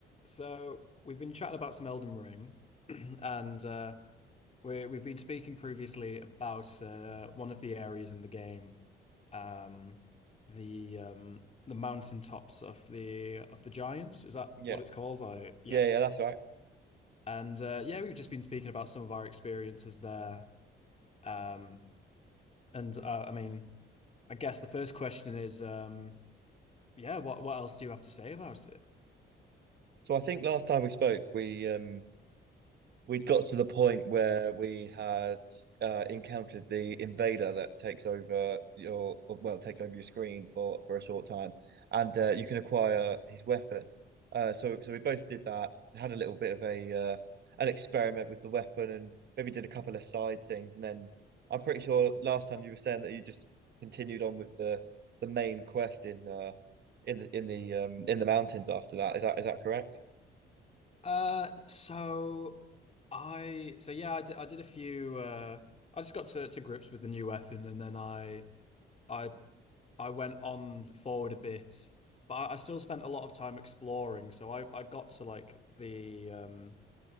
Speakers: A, on the left (about 30°); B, on the right (about 55°).
A: So we've been chatting about some Elden Ring, <clears throat> and uh, we we've been speaking previously about uh, one of the areas in the game, um, the um, the mountaintops of the of the giants. Is that
B: Yeah.
A: what it's called? I yeah,
B: Yeah, yeah, that's right.
A: and uh, yeah, we've just been speaking about some of our experiences there. Um, and uh, I mean, I guess the first question is, um, yeah, what what else do you have to say about it?
B: So I think last time we spoke, we um we'd got to the point where we had uh, encountered the invader that takes over your well takes over your screen for for a short time, and uh, you can acquire his weapon. Uh, so so we both did that. Had a little bit of a uh, an experiment with the weapon, and maybe did a couple of side things, and then I'm pretty sure last time you were saying that you just continued on with the the main quest in uh in the in the um in the mountains after that. Is that is that correct? <laughs>
A: Uh, so I so yeah, I did, I did a few uh I just got to, to grips with the new weapon and then I I I went on forward a bit, but I, I still spent a lot of time exploring. So I I got to like the um